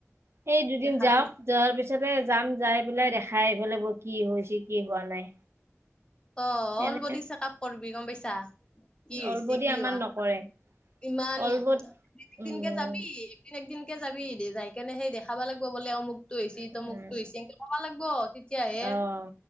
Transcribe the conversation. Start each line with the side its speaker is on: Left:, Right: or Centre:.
Right: সেই দুদিন
Left: দেখাবি
Right: যাওঁক যোৱাৰ পিছতে যাম যাই পেলাই দেখাই আহিব লাগিব কি হৈছে কি হোৱা নাই।
Left: অ অল
Right: এনে
Left: বডি চেক আপ কৰিবি গম পাইছা। কি হৈছে
Right: অলবদি
Left: কি
Right: আমাৰ
Left: হোৱা
Right: নকৰে
Left: নাই ইমান
Right: অলবত
Left: একদিনকে
Right: উম
Left: যাবি। দিন একদিনকে যাবি যাই কেনে সেই দেখাবা লাগিব বোলে অমুক তো হৈছে
Right: উম
Left: তমুকটো হৈছে দেখাব লাগিব তেতিয়াহে
Right: আহ